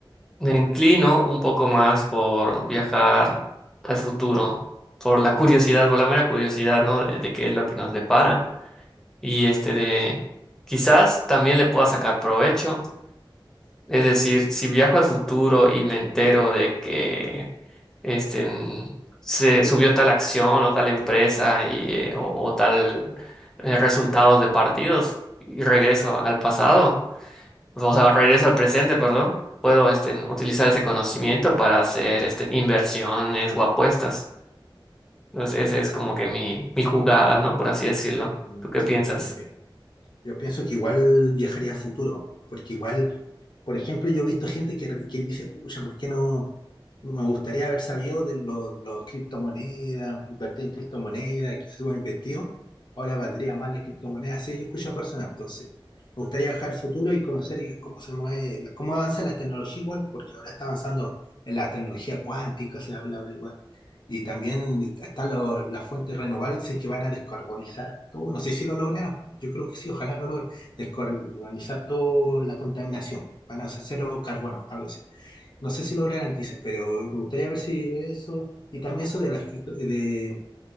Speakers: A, in the centre; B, on the left (about 55°).
A: Me inclino un poco más por viajar al futuro, por la curiosidad, por la mera curiosidad, ¿no? De, de qué es lo que nos depara. Y este de, quizás también le pueda sacar provecho. Es decir, si viajo al futuro y me entero de que este, mm, se subió tal acción o tal empresa y, eh, o, o tal eh, resultados de partidos y regreso al pasado pues, o sea, regreso al presente, perdón, puedo este, utilizar ese conocimiento para hacer este, inversiones o apuestas. Entonces, esa es
B: Sí,
A: como que mi, mi jugada, ¿no? Por así decirlo.
B: mm,
A: ¿Tú qué
B: sí,
A: piensas?
B: muy bien. Yo pienso que igual viajaría a futuro, porque igual, por ejemplo, yo he visto gente que, que dice, pucha, ¿por qué no? no Me gustaría haber sabido de los, los criptomonedas, invertir en criptomonedas, que se hubieran investido. Ahora valdría más las criptomonedas. Sí, yo escucho a personas, entonces. Me gustaría viajar al futuro y conocer cómo se mueve, la- cómo avanza la tecnología igual, porque ahora está avanzando en la tecnología cuántica, se habla ahora igual. Y también están lo- las fuentes renovables, dicen que van a descarbonizar todo. No sé si lo lograron. Yo creo que sí, ojalá lo logren. Descarbonizar toda la contaminación. Van a hacer cero carbono, algo así. No sé si lo garantizan pero me gustaría ver si eso, y también eso de la escrito- de